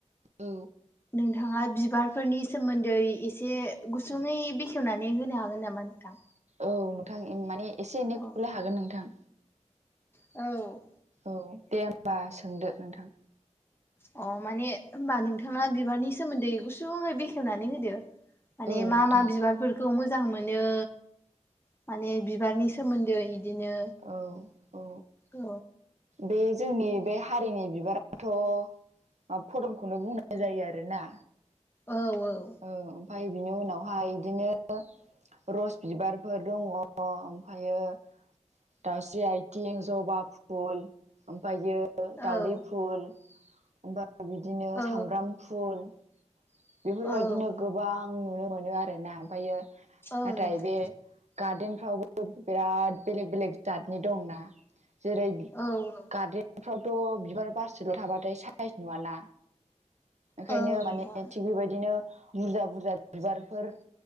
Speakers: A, on the right; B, on the left.
A: औ
B: नोंथाङा बिबार फोरनि सोमोन्दै एसे गुसुङै बेखेवनानै होनो हागोन नामा नोंथां
A: औ नोंथां माने एसे एनै
B: औ
A: खौलाय हागोन नोंथां
B: औ
A: औ दे होमबा सोंदो नोंथां
B: अ माने होनोमबा नोंथाङा बिबारनि सोमोन्दै गुसुङै बेखेवनानै होदो माने
A: औ
B: मा
A: नोंथां
B: मा बिबारफोर खौ मोजां मोनो माने बिबारनि सोमोन्दै इदिनो
A: औ औ
B: औ
A: बे जोंनि बे हारिनि बिबाराथ' <unintelligible> फदमखौनो बुंनाय जायो आरोोना
B: औ औ
A: औ ओमफ्राय बिनि उनावहाय इदिनो रस बिबारफोर दङ ओमफायो दाउस्रि आथिं जबा फुल ओमफायो
B: औ
A: दावदै फुल ओमफाय बिदिनो
B: औ
A: सामब्राम फुल बेफोरबायदिनो
B: औ
A: गोबां नुनो मोनो आरोना ओमफायो
B: औ
A: नाथाय
B: नोंथां
A: बे गार्देन फ्रावबो बिराद बेलेग बेलेग जातनि दंना जेरै
B: औ
A: गार्देनफ्रावथ' बिबार बारसेल' थाबाथाय साइस नुवाना ओंखायनो
B: औ नोंथां
A: माने थिग बेबायदिनो बुरजा बुरजा बिबारफोर